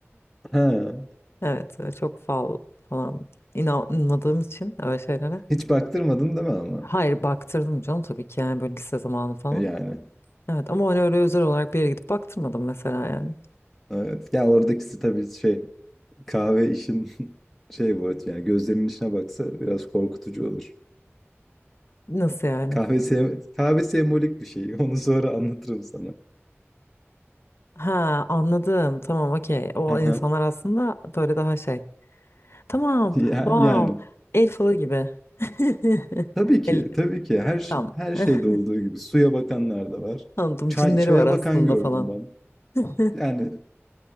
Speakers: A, in the centre; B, on the left.
A: Ha.
B: Evet, e, çok fal falan inanmadığım için öyle şeylere.
A: Hiç baktırmadın değil mi ama?
B: Hayır baktırdım canım tabii ki yani böyle lise zamanı falan.
A: E, Yani.
B: Evet ama hani öyle özel olarak bir yere gidip baktırmadım mesela yani.
A: Evet. Ya oradakisi tabii şey kahve işin <laughs> şey bu evet yani gözlerinin içine baksa biraz korkutucu olur.
B: Nasıl yani?
A: Kahve sem kahve sembolik bir şey. <laughs> Onu sonra anlatırım sana.
B: Ha anladım tamam okey. O
A: Aha.
B: insanlar aslında böyle daha şey. Tamam
A: Ya,
B: wow
A: yani
B: el falı gibi. <laughs>
A: tabii ki
B: El
A: tabii ki her ş-
B: tam.
A: her
B: <laughs>
A: şeyde olduğu gibi suya bakanlar da var.
B: Anladım
A: Çay
B: cinleri
A: çaya
B: var aslında
A: bakan gördüm
B: falan.
A: ben.
B: <laughs>
A: Yani